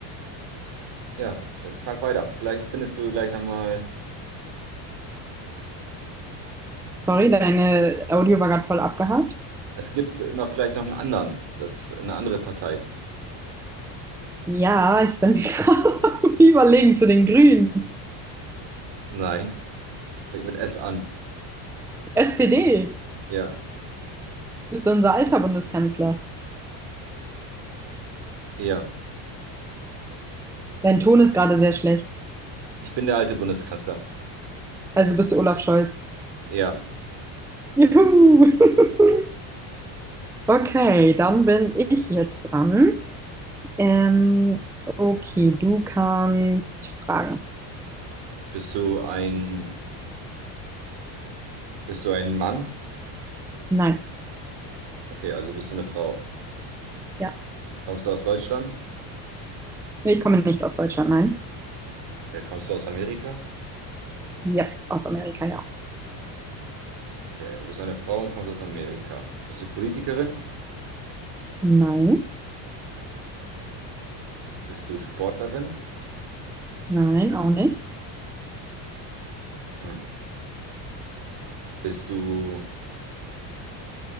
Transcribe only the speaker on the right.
Ja, dann frag weiter. Vielleicht findest du gleich nochmal.
Es gibt noch vielleicht noch einen anderen, das eine andere Partei.
Nein. Fängt mit S an.
Ja,
ja.
Ich bin der alte Bundeskanzler.
Ja.
Bist du ein, bist du ein Mann?
Okay, also bist du eine Frau.
Kommst du aus Deutschland?
Okay, kommst du aus Amerika?
Okay, du bist eine Frau und kommst aus Amerika. Bist du Politikerin?
Bist du Sportlerin?
Hm. Bist du